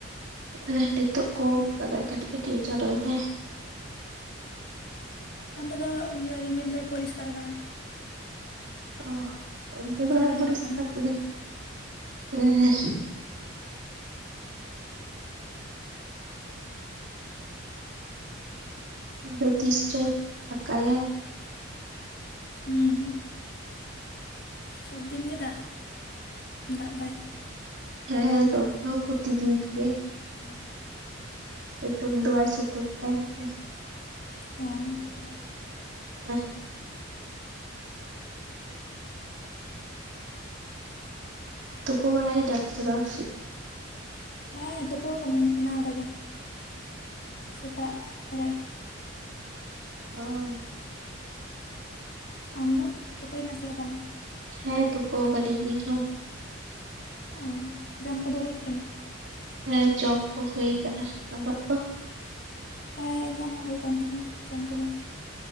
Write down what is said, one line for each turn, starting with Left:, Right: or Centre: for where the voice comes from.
Right: ᱦᱮᱸ ᱱᱤᱛᱚᱜ ᱠᱚᱢ ᱟᱠᱟᱫᱟᱭ ᱠᱟᱹᱴᱤᱡ ᱠᱟᱹᱴᱤᱡ ᱮ ᱡᱚᱨᱚᱭ ᱫᱟᱭ ᱾
Left: ᱚᱱᱛᱮ ᱫᱚ ᱤᱭᱟᱹ ᱨᱤᱢᱤᱞ ᱫᱚᱭ ᱯᱚᱨᱤᱥᱠᱟᱨ ᱟᱠᱟᱫᱟ ᱾
Right: ᱚ ᱚᱱᱛᱮ
Left: ᱯᱷᱟᱸᱠᱟ
Right: ᱫᱚ ᱵᱟᱭ
Left: ᱜᱮ ᱧᱮᱞᱚᱜ
Right: ᱯᱚᱨᱤᱥᱠᱟᱨ
Left: ᱠᱟᱱᱟ
Right: ᱠᱟᱫᱟᱭ ᱦᱮᱸ ᱦᱮᱸ ᱾ ᱟᱫᱚ ᱛᱤᱥ ᱪᱚᱭ ᱯᱷᱟᱠᱟᱭᱟᱭ ᱾
Left: ᱦᱩᱸ ᱥᱚᱵᱽ ᱫᱤᱱ ᱜᱮ ᱫᱟᱜ, ᱫᱟᱜ ᱮᱫᱟᱭ ᱾
Right: ᱦᱮᱸ ᱱᱚᱛᱮ ᱦᱚᱸ ᱯᱨᱚᱛᱤ ᱫᱤᱱ ᱜᱮ ᱾
Left: <unintelligible>
Right: ᱥᱤᱛᱩᱝ ᱫᱚ ᱵᱟᱭ ᱥᱤᱛᱩᱝ ᱮᱫᱟᱭ ᱦᱟᱯᱮ ᱾
Left: ᱦᱮᱸ ᱾
Right: ᱮᱦᱻ
Left: <inaudible>
Right: ᱛᱳᱯᱳ ᱵᱟᱲᱟᱭᱱᱟᱢ ᱥᱮ ᱵᱟᱝ?
Left: ᱦᱮᱸ ᱛᱳᱯᱳ ᱠᱟᱹᱱᱤᱧ ᱮᱱᱟᱝ ᱨᱮᱜᱮ, ᱥᱮᱛᱟᱜ ᱨᱮ᱾
Right: ᱚᱻ,
Left: ᱟᱢ ᱫᱚ ᱛᱳᱯᱳᱭ ᱱᱟ ᱥᱮ ᱵᱟᱝ?
Right: ᱦᱮᱸ ᱛᱳᱯᱳ ᱠᱟᱹᱱᱤᱧ ᱤᱧ ᱦᱚᱸ᱾
Left: ᱚ ᱡᱟᱢ ᱠᱚᱫᱚ ᱦᱳᱭ ᱠᱟᱱᱟ?
Right: ᱦᱮᱸ ᱡᱚᱢ ᱠᱚ ᱦᱳᱭ ᱠᱟᱱᱟ᱾ ᱟᱢᱟᱜ ᱫᱚ?
Left: ᱦᱮᱸ ᱤᱧᱟᱹᱜ ᱦᱚᱸ ᱦᱳᱭ ᱠᱟᱱ ᱛᱤᱧᱟ ᱡᱚᱢ ᱠᱚᱫᱚ᱾